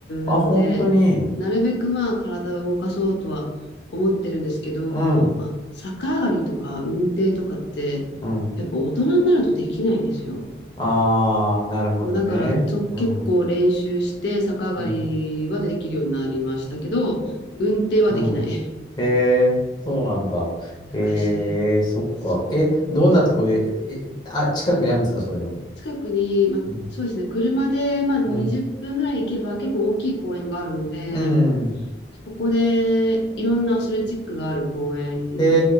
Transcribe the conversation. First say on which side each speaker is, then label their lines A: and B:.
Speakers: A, on the left; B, on the left.
A: あ、
B: うので、
A: 本当に。
B: なるべくまあ体を動かそうとは思ってるんですけど、
A: うん、
B: まあ逆上がりとか運転とかって、
A: うん。
B: やっぱ大人になるとできないんですよ。
A: ああ、なるほどね。
B: だからちょ、
A: うん、
B: 結構練習して逆上がりはできるようになりましたけど、
A: うん、
B: 運転はできない。
A: うん。へえ、そうなんだ。
B: <laughs> 難しい。
A: ええ、そっか。
B: そう。
A: え、どんなとこで、え、あ、近くにあるんですか、そういうの。
B: 近くに、まあ、
A: うん
B: そうですね、車でまあ20分ぐらい行けば結構大きい公園があるので、
A: うんうん。
B: そこでいろんなアスレチックがある公園
A: へ